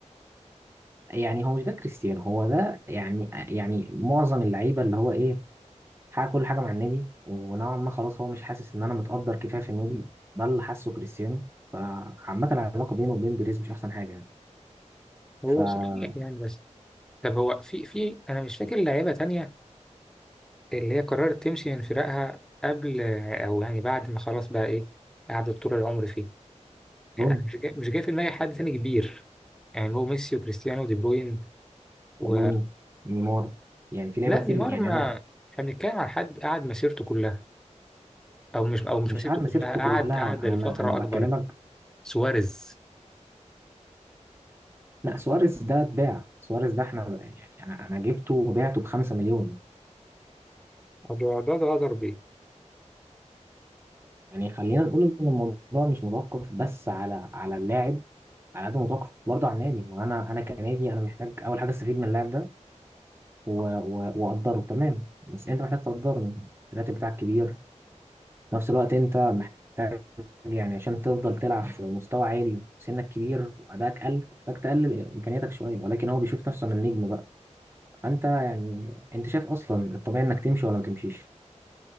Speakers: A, on the right; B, in the centre.
A: يعني هو مش ده كريستيانو هو ده يعني يعني معظم اللعيبه اللي هو ايه حقق كل حاجه مع النادي ونوعا ما خلاص هو مش حاسس ان انا متقدر كفايه في النادي ده اللي حاسه كريستيانو فعامه العلاقه بينه وبين بيريز مش احسن حاجه يعني
B: هو
A: فروني
B: صحيح يعني بس طب هو في في انا مش فاكر لعيبه تانية اللي هي قررت تمشي من فراقها قبل او يعني بعد ما خلاص بقى ايه قعدت طول العمر فيه يعني
A: روني
B: أنا مش جاي مش جاي في دماغي حد تاني كبير يعني هو ميسي وكريستيانو ودي بروين و...
A: روني نيمار يعني في لعيبه
B: لا
A: كتير
B: نيمار
A: يعني
B: ما
A: انا
B: احنا بنتكلم عن حد قعد مسيرته كلها او مش او مش
A: مش
B: مسيرته
A: قاعد
B: كلها
A: مسيرته
B: قعد
A: كلها
B: قعد
A: انا
B: لفترة
A: انا بكلمك
B: اكبر سواريز
A: لا سواريز ده اتباع سواريز ده احنا يعني انا انا جبته وبعته ب 5 مليون
B: ده ده ده غدر بيه
A: يعني خلينا نقول ان الموضوع مش متوقف بس على على اللاعب على قد ما متوقف برضه على النادي وانا انا كنادي انا محتاج اول حاجه استفيد من اللاعب ده و- و- واقدره تمام بس انت محتاج تقدرني الراتب بتاعك كبير في نفس الوقت انت محتاج يعني عشان تفضل تلعب في مستوى عالي سنك كبير وادائك قل محتاج تقلل امكانياتك شويه ولكن هو بيشوف نفسه من النجم بقى فانت يعني انت شايف اصلا الطبيعي انك تمشي ولا ما تمشيش